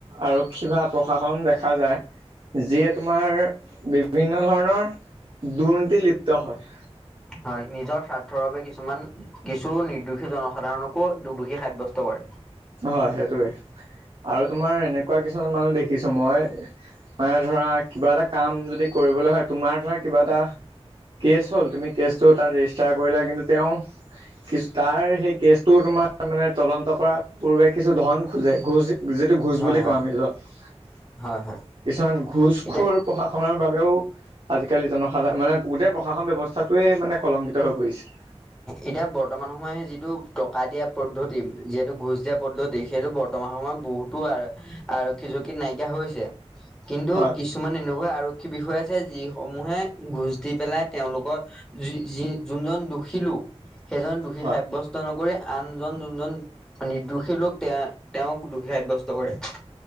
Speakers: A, on the right; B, in the centre.
A: আৰক্ষী বা প্ৰশাসন দেখা যায়। যিয়ে তোমাৰ বিভিন্ন ধৰণৰ দুৰ্নীতি লিপ্ত হয়।
B: হয় নিজৰ স্বাৰ্থৰ বাবে কিছুমান, কিছু নিৰ্দোষী জনসাধাৰণকো দোষী সাব্যস্ত কৰে।
A: হয় সেইটোৱে, আৰু তোমাৰ এনেকুৱা কিছুমান মানুহ দেখিছো মই। মনে ধৰা কিবা এটা কাম যদি কৰিবলে হয় তোমাৰ ধৰা কিবা এটা কেছ হ'ল তুমি কেছটো তাত ৰেজিষ্টাৰ কৰিলা কিন্তু তেওঁ কিছু তাৰ সেই কেছটো তোমাৰ মানে তদন্ত কৰাৰ পূৰ্বে কিছু ধন খোজে গুচ। নিজেতো ঘোচ
B: হয়
A: বুলি
B: হয়
A: কয় আমি য কিছুমান
B: হয় হয়
A: ঘোচখুৰ
B: এতিয়া
A: প্ৰশাসনৰ বাবেও আজিকালি জনসাধাৰণ মানে গোটে প্ৰশাসন ব্যৱস্থাটোৱে মানে কলংকিত হৈ পৰিছে।
B: এতিয়া বৰ্তমান সময় যিটো টকা দিয়া পদ্ধতি, যিহেতু ঘোচ দিয়া পদ্ধতি সেইটো বৰ বৰ্তমাৰ সময়ত বহুতো আৰক্ষী চকীত নাইকিয়া হৈছে। কিন্তু
A: হয়
B: কিছুমান এনেকুৱা আৰক্ষী বিষয়া আছে যিসমূহে ঘোঁজ দি পেলাই তেওঁলোকৰ য যি যোনজন দোষী লোক সেইজন দোষী
A: হয়
B: সাব্যস্ত নকৰি আনজন যোনজন নিৰ্দোষী লোক তেওঁ, তেওঁক দোষী সাব্যস্ত কৰে